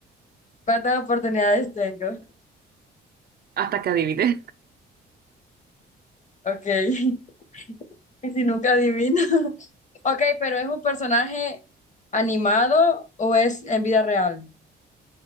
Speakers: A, on the left; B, on the right.
A: ¿Cuántas oportunidades tengo?
B: hasta que adivines,
A: Ok. <laughs> Y si nunca adivino. <laughs> Ok, pero ¿es un personaje animado o es en vida real?